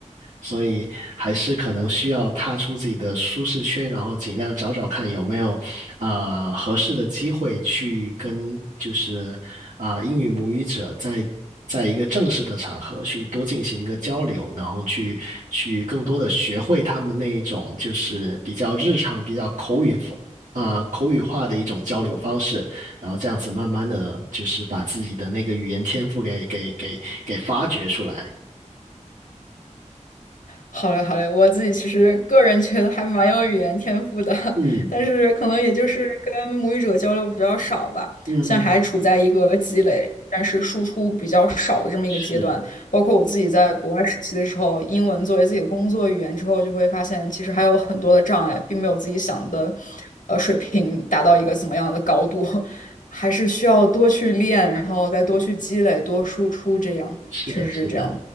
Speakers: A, on the right; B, on the left.
A: 所以还是可能需要踏出自己的舒适圈，然后尽量找找看有没有啊，合适的机会去跟就是啊、英语母语者在在一个正式的场合去多进行一个交流，然后去去更多的学会他们那一种就是比较日常、比较口语啊、口语化的一种交流方式，然后这样子慢慢的就是把自己的那个语言天赋给给给给发掘出来。
B: 好嘞，好嘞，我自己其实个人觉得还蛮有语言天赋的，
A: 嗯
B: <laughs> 但是可能也就是跟母语者交流比较少吧，
A: 嗯嗯，
B: 现在还处在一个积累，但是输出比较少的这么一个阶段。
A: 是
B: 包括我自己在国外实习的时候，英文作为自己的工作语言之后，就会发现其实还有很多的障碍，并没有自己想的，呃，水平达到一个怎么样的高度，<laughs> 还是需要多去练，然后再多去积累，多输出，这样确实是这样。
A: 是的，是的。